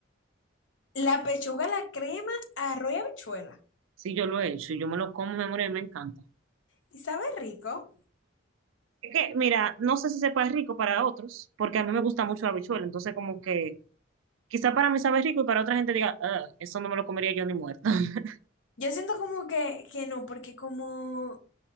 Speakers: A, on the left; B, on the right.
A: La pechuga, la crema, arroz y habichuela.
B: Sí, yo lo he hecho y yo me lo como, mi amor, y me encanta.
A: Y sabe rico.
B: Es que, mira, no sé si sepa rico para otros, porque a mí me gusta mucho la habichuela, entonces como que quizá para mí sabe rico y para otra gente diga, "Ah, eso no me lo comería yo ni muerta. <laughs>
A: Yo siento como que, que no, porque como